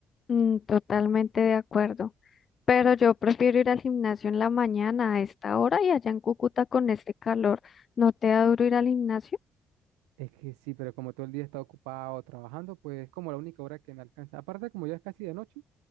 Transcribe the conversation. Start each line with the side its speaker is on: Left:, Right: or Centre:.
Left: Mm, totalmente de acuerdo. Pero yo prefiero ir al gimnasio en la mañana a esta hora y allá en Cúcuta con este calor, ¿no te da duro ir al gimnasio?
Right: Es que sí, pero como todo el día he estado ocupado trabajando, pues es como la única hora que me alcanza. Aparte como ya es casi de noche,